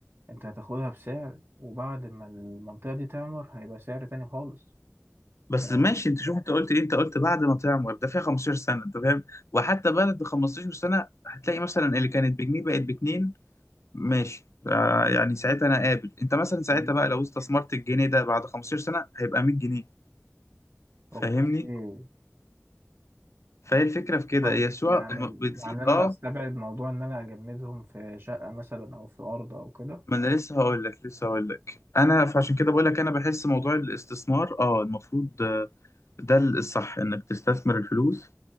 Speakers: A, on the right; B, on the left.
A: أنت هتاخدها بسعر وبعد ما المنطقة دي تعمر هيبقى سعر تاني خالص
B: بس
A: يعني
B: ماشي انت شوف انت قلت ايه انت قلت بعد ما تعمر ده فيها 15 سنه انت فاهم وحتى بعد 15 سنه هتلاقي مثلا اللي كانت بجنيه بقت باتنين ماشي آه يعني ساعتها انا قابل انت مثلا ساعتها
A: إيه؟
B: بقى لو استثمرت الجنيه ده بعد 15 سنه هيبقى 100 جنيه فاهمني
A: أوكي
B: فهي الفكره في كده
A: طيب
B: هي السوق
A: يعني
B: م- بتزيد
A: يعني انا
B: اه
A: استبعد موضوع ان انا اجمدهم في شقة مثلا او في ارض او كده
B: ما انا لسه هقول لك لسه هقول لك انا فعشان كده بقول لك انا بحس موضوع الاستثمار اه المفروض آه، ده الصح انك تستثمر الفلوس